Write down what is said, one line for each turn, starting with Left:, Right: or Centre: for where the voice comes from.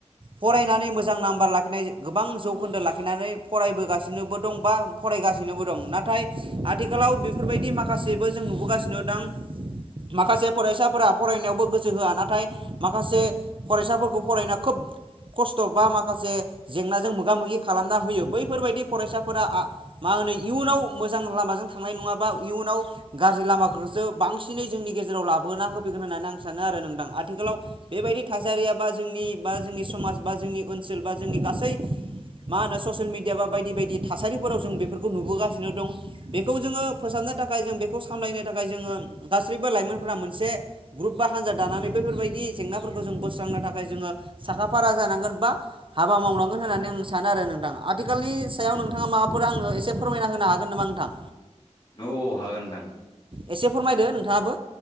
Right: फरायनानै मोजां नाम्बार लाखिनाय गोबां जौखोन्दो लाखिनानै फरायबोगासिनोबो दं बा फरायगासिनोबो दं नाथाय आथिखालाव बेफोरबायदि माखासे जों नुबोगासिनो थां माखासे फरायसाफोरा फरायनायावबो गोसो होआ नाथाय माखासे फरायसाफोरखौ फरायनो खोब खस्थ बा माखासे जेंनाजों मोगा मोगि खालामना होयो बैफोरबायदि फरायसाफोरा मा होनो इयुनाव मोजां लामाजों थांनाय नङाबा इयुनाव गाज्रि लामाफोरखौसो बांसिनै जोंनि गेजेराव लाबोना होफैगोन होननानै आं सानो आरो नोंथां आथिखालाव बेबायदि थासारिया बा जोंनि बा जोंनि समाज बा जोंनि ओनसोल बा जोंनि गासै मा होनो ससियेल मेडिया बा बायदि बायदि थासारिफोराव जों बेफोरखौ नुबोगासिनो दं बेखौ जोङो फोसाबनो थाखाय जों बेखौ सामलायनो थाखाय जोङो गासैबो लाइमोनफोरा मोनसे ग्रुप बा हान्जा दानानै बेफोरबायदि जेंनाफोरखौ जों बोस्रांनो थाखाय जोङो साखाफारा जानांगोन बा हाबा मावनांगोन होननानै आं सानो आरो नोंथां आथिखालनि सायाव नोंथाङा माबाफोर आंनो एसे फोरमायना होनो हागोन नामा नोंथां
Left: औ हागोन नोंथां
Right: एसे फोरमायदो नोंथाङाबो